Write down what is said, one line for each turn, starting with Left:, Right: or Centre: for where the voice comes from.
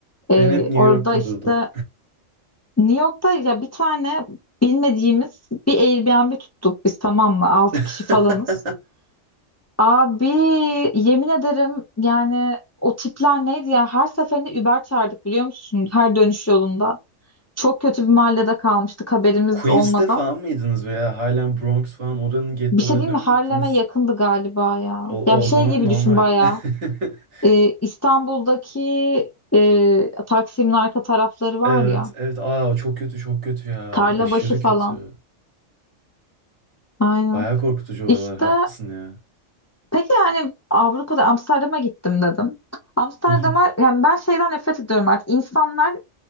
Left: e,
Right: Ben hep New
Left: orada
Right: York'ta
Left: işte
Right: durdum.
Left: New York'ta ya bir tane bilmediğimiz bir Airbnb tuttuk biz tamam mı? altı
Right: <laughs>
Left: kişi falanız. Abi yemin ederim yani o tipler neydi ya? Her seferinde Uber çağırdık biliyor musun? Her dönüş yolunda. Çok kötü bir mahallede kalmıştık haberimiz
Right: Queens'te
Left: olmadan.
Right: falan mıydınız veya halen Bronx falan oranın gettolarına
Left: Bir şey diyeyim mi?
Right: mı
Left: Harlem'e
Right: gittiniz?
Left: yakındı galiba ya.
Right: O,
Left: Ya bir şey
Right: o zaman
Left: gibi
Right: normal.
Left: düşün bayağı.
Right: <laughs>
Left: Ee, İstanbul'daki e, Taksim'in arka tarafları var
Right: Evet,
Left: ya.
Right: evet. Aa o çok kötü, çok kötü ya.
Left: Tarlabaşı
Right: Aşırı
Left: falan.
Right: kötü.
Left: Aynen.
Right: Bayağı korkutucu oralar.
Left: İşte
Right: Haklısın ya.
Left: peki yani Avrupa'da Amsterdam'a gittim dedim. Amsterdam'a
Right: Hı hı.
Left: yani ben şeyden nefret ediyorum artık. İnsanlar